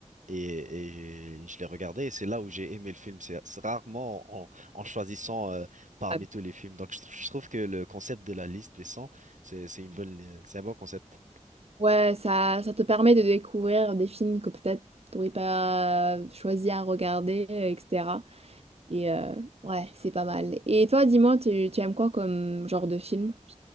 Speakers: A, on the right; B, on the right.
A: et, et je l'ai regardé, et c'est là où j'ai aimé le film. C'est c'est rarement en, en choisissant euh, parmi
B: Ah,
A: tous les films. Donc je, tr- je trouve que le concept de la liste des 100, c'est c'est une bonne, c'est un bon concept.
B: Ouais, ça, ça te permet de découvrir des films que peut-être t'aurais pas choisi à regarder, euh, etc. Et euh, ouais, c'est pas mal. Et toi, dis-moi, tu, tu aimes quoi comme genre de film?